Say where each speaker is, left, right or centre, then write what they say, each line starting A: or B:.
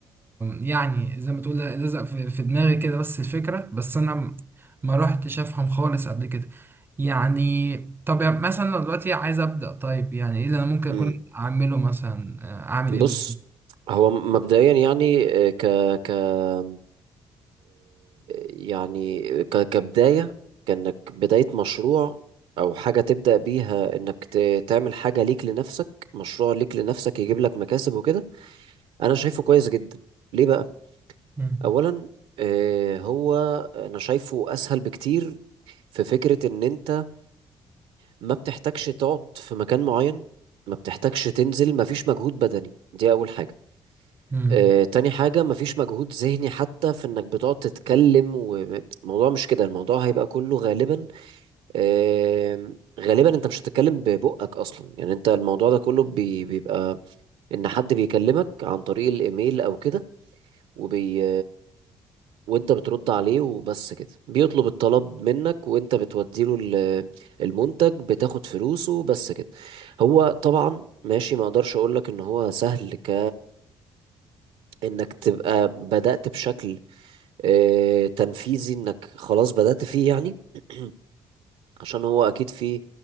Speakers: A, on the right; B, on the right.
A: يعني زي ما تقول لزق في في دماغي كده بس الفكره بس انا م- ما رحتش افهم خالص قبل كده يعني طب يعني مثلا لو دلوقتي عايز ابدا طيب يعني ايه اللي انا ممكن اكون
B: امم
A: اعمله مثلا آه، اعمل
B: بص
A: ايه بالظبط
B: هو مبدئيا يعني آه، ك ك آه، يعني ك كبداية كأنك بداية مشروع أو حاجة تبدأ بيها إنك ت- تعمل حاجة ليك لنفسك مشروع ليك لنفسك يجيب لك مكاسب وكده أنا شايفه كويس جدا ليه بقى؟
A: مم.
B: اولا آه، هو انا شايفه اسهل بكتير في فكرة ان انت ما بتحتاجش تقعد في مكان معين ما بتحتاجش تنزل ما فيش مجهود بدني دي اول حاجة
A: مم.
B: آه، تاني حاجة ما فيش مجهود ذهني حتى في انك بتقعد تتكلم والموضوع مش كده الموضوع هيبقى كله غالبا آم، غالبا انت مش هتتكلم ببقك اصلا يعني انت الموضوع ده كله بي- بيبقى ان حد بيكلمك عن طريق الايميل او كده وبي وانت بترد عليه وبس كده بيطلب الطلب منك وانت بتوديله ال- المنتج بتاخد فلوسه بس كده هو طبعا ماشي ما اقدرش اقول لك ان هو سهل ك انك تبقى بدأت بشكل آه، تنفيذي انك خلاص بدأت فيه يعني <clears throat> عشان هو اكيد فيه